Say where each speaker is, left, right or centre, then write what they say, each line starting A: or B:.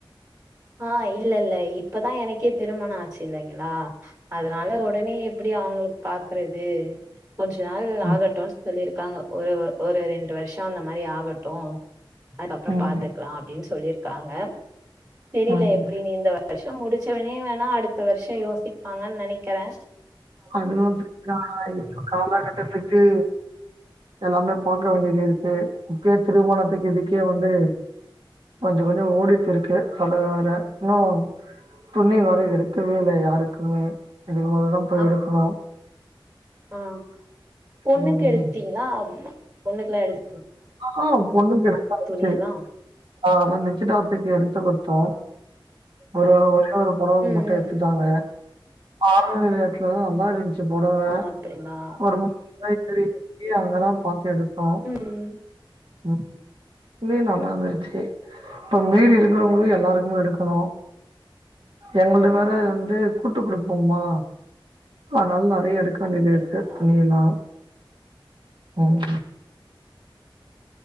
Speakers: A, on the right; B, on the right.
A: ஆ இல்லல்ல இப்பதா எனக்கே திருமண ஆச்சு இல்லைங்களா அதனால ஒடனே எப்டி அவுங்ளுக்கு பாக்றது கொஞ்ச நாள்
B: ம்,
A: ஆகட்டுன் சொல்லிருக்காங்க ஒரு ஒரு ரெண்டு வருஷோ அந்த மாரி ஆகட்டு அதுக்கப்றோ
B: ம்,
A: பாத்துக்லா அப்டின் சொல்லிருக்காங்க தெரில
B: ம்.
A: எப்டின்னு இந்த வருஷோ முடிச்சவனே வேணா அடுத்த வருஷோ யோசிப்பாங்கன்னு நெனைக்றே
B: அதுவு <inaudible> இப்ப காலகட்டத்துக்கு எல்லாமே பாக்க வேண்டியது இருக்கு முக்கிய திருமணத்துக்கு இதுக்கே வந்து கொஞ்சோ கொஞ்சோ ஓடிட்ருக்கு அத வர இன்னு துணி வேர எடுக்கவே இல்ல யாருக்குமே இதுக்குமேலதா போய்
A: அப்
B: எடுக்னு
A: ஆ பொண்ணுக்கு
B: ம்.
A: எடுத்டீங்களா பொண்ணுக்குலா எடுத்
B: ஆ பொண்ணுக்கு எடுத்தாச்சி
A: துணியெல்லா
B: அத நிச்சியதார்த்துக்கு எடுத்து குடு தோ
A: ம்
B: ஒரே ஒரே ஒரு பொடவ
A: ம்
B: மட்டு எடுத்துடாங்க
A: ம்.
B: ஆரஞ்சு திராட்ச மா மாரி இருந்துச்சு பொடவ
A: ஆ அப்டிங்களா
B: ஒரு <inaudible> சரி அங்கெல்லா பாத்து எடுப்பா
A: ம்
B: ம் நீ நல்லாருந்தச்சி இப்ப மீதி இருக்குறவங்களுக்கு எல்லாருக்குமே எடுக்கனு எங்களது வேற வந்து கூட்டு குடுப்போமா அதனால நெறையா எடுத் கொஞ்ச
A: அப்டிங்களா
B: பேருக்கு துணியெலா ம்